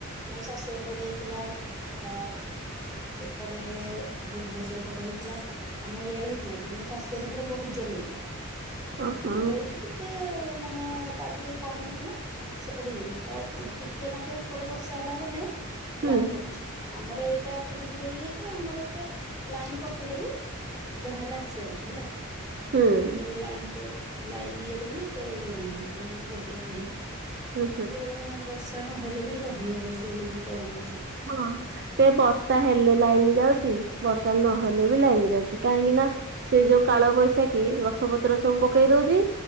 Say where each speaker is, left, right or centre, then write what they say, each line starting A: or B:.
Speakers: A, on the right; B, on the right.
A: ମୋ ଶାଶୁଘର ପଟେ ହେଇଥିଲା। ଅ ଏପଟେ ଭୁବନେଶ୍ଵର ପଟେ ହେଇଥିଲା। ଆମ ଇଆଡେ ହେଇଥିଲା କିନ୍ତୁ ମୋ ଶାଶୁର ପଟେ ବହୁତ ଜୋର ହେଇଥିଲା
B: ଓହୋ
A: ଆମର ଏଇଠି ଟିକେ ମାନେ ତାଠୁ ଟିକେ କମ ହେଇଥିଲା। ସେପଟେ ଇଏ ତ ଟିକିଏ ନାକୁ ଏପଟେ ବର୍ଷା ହେଲା ମାନେ
B: ହୁଁ
A: ଲାଇନ କଟୁଛି। ଆମର ଏଇଟା ଏତିକି ଟିକେ ଇଏ କି ଆମର ଏତେ ଲାଇନ କଟିଲେ ବି ଯାହା ହେଲେ ଆସି ଯାଉଛି ହେଲା
B: ହୁଁ ହୁଁ
A: ମତେ ଲାଇନ ଲାଇନ ଇଏ ର ବି ତେ ଇଏ ନାହିଁ ମାନେ ପ୍ରୋବ୍ଲେମ ନାହିଁ
B: ହୁଁ
A: କିନ୍ତୁ ବର୍ଷ ତା ନହେଲେ ବି ରହି ହବନି ଜୋଉଲବୁଲ ଗରମ ହଉଛି।
B: ହଁ। ସେ ବର୍ଷା ହେଲେ ଲାଇନ ଯାଉଛି ବର୍ଷା ନହେଲେ ବି ଲାଇନ ଯାଉଛି କାହିଁକି ନା ସେ ଯୋଉ କାଳ ବୈଶାଖୀ ଗଛ ପତ୍ର ସବୁ ପକେଇ ଦଉଛି।